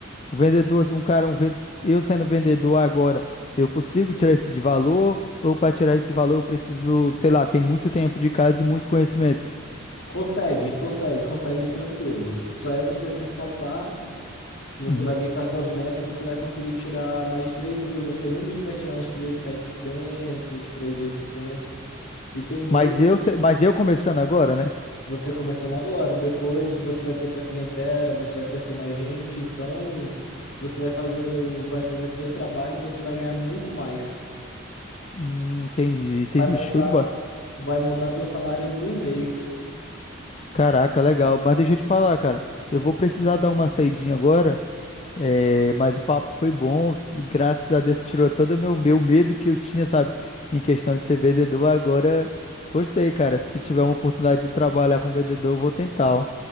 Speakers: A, on the left (about 30°); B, on the left (about 60°).
A: O vendedor, assim, um cara, um, ven- eu sendo vendedor agora, eu consigo tirar esse de valor? Ou para tirar esse valor eu preciso, sei lá, tem muito tempo de casa e muito conhecimento?
B: Consegue, consegue, consegue tranquilo. Só é você se esforçar que você
A: Uhum.
B: vai vir com as suas metas, você vai conseguir tirar mais de 3 mil. Você, no mínimo, vai tirar uns 3.700, oitocentos E tem MEI,
A: Mas eu, se- mas eu começando agora, né?
B: você começando agora. Depois você vai ter tua clientela, você vai conhecer mais gente. Então, você vai fazer o, vai fazer teu trabalho e você vai ganhar muito mais.
A: Hum, entendi, entendi,
B: Vai montar,
A: show de bola.
B: vai montar teu salário no mês.
A: Caraca, legal. Mas deixa eu te falar, cara. Eu vou precisar dar uma saidinha agora. é, mas o papo foi bom. Graças a Deus você tirou todo o meu, meu medo que eu tinha, sabe? Em questão de ser vendedor. Agora gostei, cara. Se tiver uma oportunidade de trabalhar com vendedor, eu vou tentar. ó.